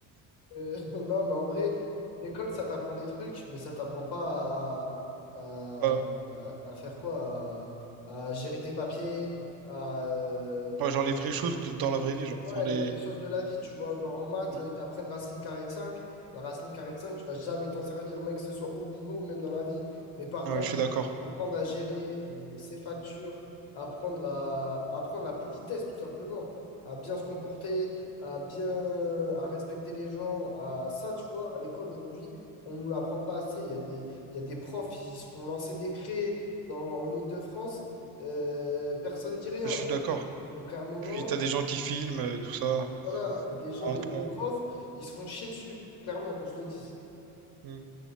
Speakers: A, on the left; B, on the right.
A: Euh, <laughs> non, mais en vrai, l'école, ça t'apprend des trucs, mais ça t'apprend pas à,
B: Pas-
A: à, à faire quoi? À, à gérer tes papiers, à... euh,
B: Ouais, genre les vraies choses de- dans la vraie vie, genre.
A: ouais,
B: Enfin, les...
A: les vraies choses de la vie, tu vois. Genre en maths,
B: Mm.
A: ils t'apprennent racine carrée de 5. La racine carrée de 5, tu vas jamais t'en servir, mec, que ce soit au boulot ou même dans la vie. Mais par
B: Ouais,
A: contre,
B: je suis d'accord.
A: apprendre à gérer euh, ses factures, apprendre à apprendre la politesse tout simplement, à bien se comporter, à bien à respecter les gens, à ça tu vois, à l'école aujourd'hui, on ne nous l'apprend pas assez, il y a des il y a des profs, ils se font lancer des craies dans en Île-de-France, euh, personne ne dit rien.
B: Je suis d'accord.
A: Donc à un moment,
B: Puis t'as des gens qui filment, euh, tout ça.
A: voilà, il y a des gens,
B: On,
A: il y a des
B: on-
A: profs, ils se font chier dessus, clairement qu'on se le dise.
B: Mm.